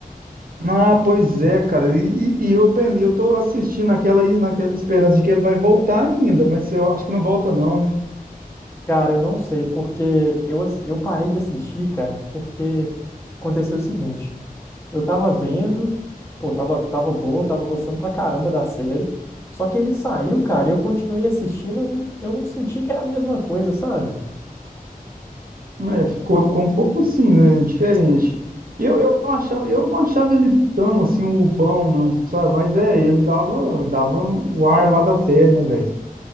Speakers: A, on the right (about 70°); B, on the left (about 15°).
A: Ah, pois é, cara. E, e- e eu pen- eu tô assistindo aquela naquela esperança de que ele vai voltar ainda, mas eu acho que não volta não, né?
B: Cara, eu não sei, porque eu, ass- eu parei de assistir, cara, porque aconteceu o seguinte. Eu tava vendo, pô, tava, tava boa, tava gostando pra caramba da série. Só que ele saiu, cara, eu continuei assistindo, eu não senti que era a mesma coisa, sabe?
A: É, ficou, ficou um pouco assim, né? Diferente. Eu, eu não achava, eu não achava ele tão assim bobão, não, sabe? Mas é, ele dava, dava o ar lá da série, né, velho?